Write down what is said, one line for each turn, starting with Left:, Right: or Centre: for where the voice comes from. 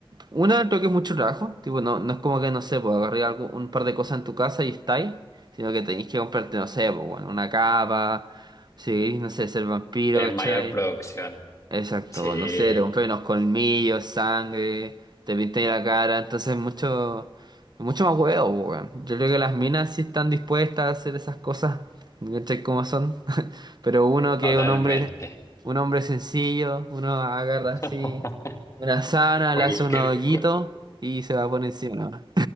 Right: una, creo que es mucho trabajo. Tipo, no, no es como que, no sé, pues agarré algo, un par de cosas en tu casa y estáis Sino que tenéis que comprarte, no sé, pues bueno, una capa. Si queréis, no sé, ser vampiro,
Left: Es
Right: ¿cachai?
Left: mayor producción.
Right: Exacto,
Left: Sí,
Right: pues, no sé, te compré unos colmillos, sangre, te pinté la cara, entonces mucho, mucho más huevo, po, weón. Yo creo que las minas sí están dispuestas a hacer esas cosas, ¿cachai cómo son? <laughs> Pero uno que
Left: totalmente.
Right: es un hombre, un hombre sencillo, uno agarra así
Left: <laughs>
Right: una sábana,
Left: Cualquier
Right: le hace un hoyito
Left: cosa.
Right: y se va por encima.